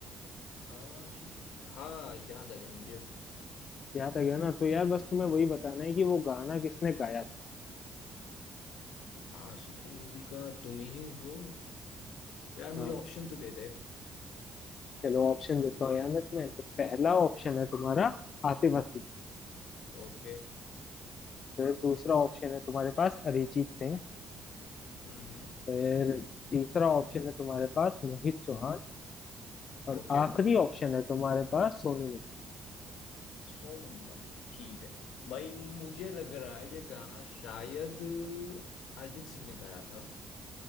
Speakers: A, on the left (about 85°); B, on the left (about 55°).
A: आशिकी हाँ याद आ गया मुझे
B: याद आ गया ना तो यार बस तुम्हें वही बताना है कि वो गाना किसने गाया था
A: आशिकी मूवी का तुम ही हो यार मुझे
B: हाँ
A: ऑप्शन तो दे दे
B: चलो ऑप्शन देता हूँ यार मैं तुम्हें तो पहला ऑप्शन है तुम्हारा आतिफ असलम
A: ओके
B: फिर दूसरा ऑप्शन है तुम्हारे पास अरिजीत सिंह
A: हम्म हम्म
B: फिर तीसरा ऑप्शन है तुम्हारे पास मोहित चौहान और
A: ओके
B: आखिरी ऑप्शन है तुम्हारे पास सोनू निगम
A: सोनू निगम ठीक है भाई मुझे लग रहा है ये गाना शायद अरिजीत सिंह ने गाया था